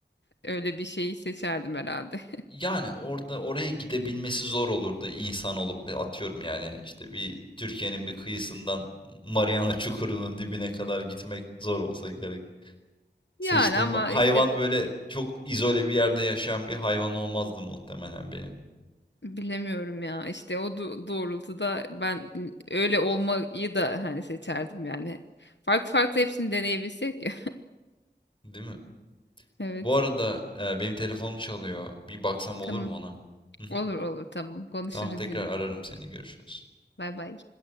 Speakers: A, on the left; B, on the left.
A: öyle bir şeyi seçerdim herhalde. <laughs>
B: Yani orada oraya gidebilmesi zor olurdu insan olup ve atıyorum yani işte bir Türkiye'nin bir kıyısından Mariana Çukuru'nun dibine kadar gitmek zor olsa gerek.
A: Yani
B: Seçtiğim
A: ama
B: hayvan
A: işte
B: böyle çok izole bir yerde yaşayan bir hayvan olmazdı muhtemelen benim.
A: bilemiyorum ya işte o du- doğrultuda ben öyle olmayı da hani seçerdim yani. Farklı farklı hepsini deneyebilsek ya.
B: Değil mi?
A: <laughs> Evet
B: Bu arada e, benim telefonum çalıyor. Bir baksam olur
A: tamam
B: mu ona? Hı hı.
A: olur olur tamam konuşuruz
B: Tamam tekrar
A: yine.
B: ararım seni. Görüşürüz.
A: Bay bay.